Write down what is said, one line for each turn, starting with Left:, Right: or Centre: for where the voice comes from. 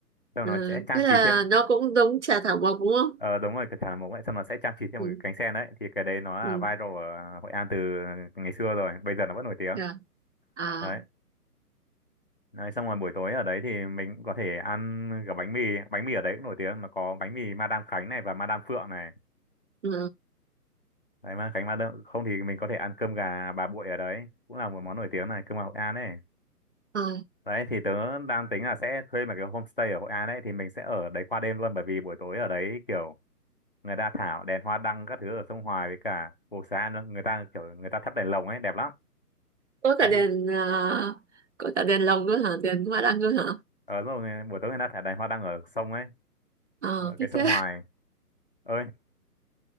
Left: xong
Right: à,
Left: nó sẽ trang
Right: thế là
Left: trí thêm
Right: nó cũng giống trà thảo mộc đúng không
Left: ờ đúng rồi cái thảo mộc ấy xong nó sẽ trang trí thêm
Right: ừ,
Left: một cái cánh sen đấy thì cái đấy nó là
Right: ừ,
Left: viral ở Hội An từ ngày xưa rồi bây giờ nó vẫn nổi tiếng
Right: dạ. à,
Left: đấy Đấy, xong rồi buổi tối ở đấy thì mình cũng có thể ăn cả bánh mì bánh mì ở đấy cũng nổi tiếng nó có bánh mì Madame Khánh này và Madame Phượng này
Right: ừ,
Left: đấy Madame Khánh Madame không thì mình có thể ăn cơm gà bà Bụi ở đấy cũng là một món nổi tiếng này cơm gà Hội An ấy
Right: à,
Left: đấy thì tớ đang tính là sẽ thuê một cái homestay ở Hội An ấy thì mình sẽ ở đấy qua đêm luôn bởi vì buổi tối ở đấy kiểu người ta thả đèn hoa đăng các thứ ở sông Hoài với cả phố xá nữa, người ta kiểu người ta thắp đèn lồng ấy đẹp lắm
Right: có
Left: đấy
Right: cả đèn
Left: thì
Right: à, có cả đèn lồng nữa hả đèn hoa đăng nữa hả
Left: ở rồi buổi tối người ta thả đèn hoa đăng ở sông ấy
Right: Ờ,
Left: ở
Right: thích
Left: cái sông
Right: thế
Left: Hoài ơi